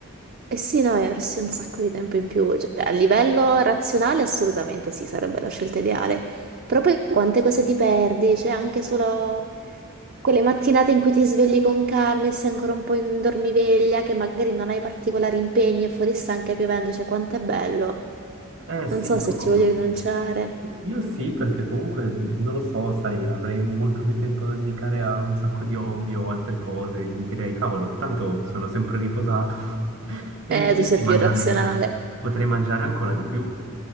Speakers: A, on the right (about 45°); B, on the right (about 65°).
A: Eh sì, no, e avresti un sacco di tempo in più, cioè, a livello razionale assolutamente sì, sarebbe la scelta ideale, però poi quante cose ti perdi, c'è anche solo quelle mattinate in cui ti svegli con calma e sei ancora un po' in dormiveglia, che magari non hai particolari impegni e fuori sta anche piovendo, cioè quanto è bello,
B: Eh sì,
A: non so
B: però
A: se ci
B: mm,
A: voglio rinunciare.
B: io sì, perché comunque mm, non lo so, sai, avrei molto più tempo da dedicare a un sacco di hobby o altre cose. Mi direi, cavolo, tanto sono sempre riposato <laughs> e
A: Eh,
B: in più
A: tu
B: potrei
A: sei più
B: mangiare,
A: razionale,
B: potrei mangiare ancora di più.